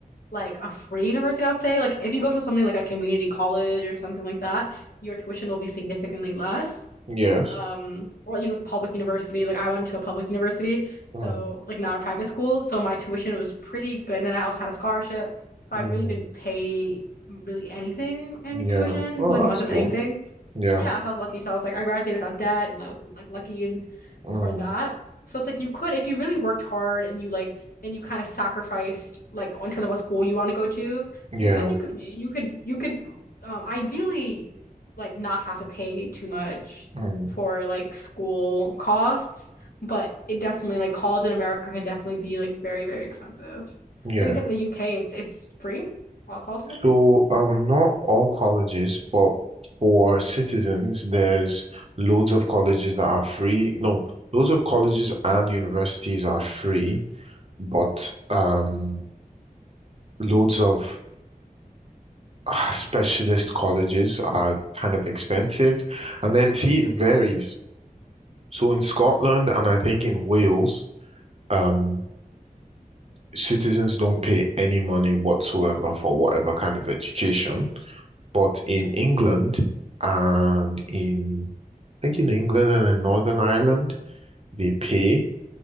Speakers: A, on the left; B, on the right.
A: like a free university, I would say. Like if you go to something like a community college or something like that, your tuition will be significantly less.
B: Yes.
A: um or even like a public university. Like I went to a public university, so
B: Mm.
A: like not a private school. So my tuition was pretty good. And then I also had a scholarship. So
B: Mm,
A: I really didn't pay really anything in
B: yeah.
A: tuition,
B: Oh,
A: like much
B: that's
A: of
B: cool.
A: anything
B: Yeah.
A: yeah, I was lucky. So I was like, I graduated without debt and I was like lucky and
B: Mm,
A: for that. So it's like you could, if you really worked hard and you like and you kind of sacrificed like in terms of what school you want to go to,
B: yeah.
A: well, then you could you could you could um ideally like not have to pay too much
B: Mm,
A: for like school costs, but it definitely like college in America can definitely be like very, very expensive.
B: yeah.
A: So you said in the UK it's it's free? All colleges are free?
B: So, um, not all colleges, but for citizens, there's loads of colleges that are free. No, loads of colleges and universities are free, but um, loads of <laughs> ah, specialist colleges are kind of expensive. And then, see, it varies. So in Scotland and I think in Wales, um, citizens don't pay any money whatsoever for whatever kind of education. But in England and in, I think in England and in Northern Ireland, they pay,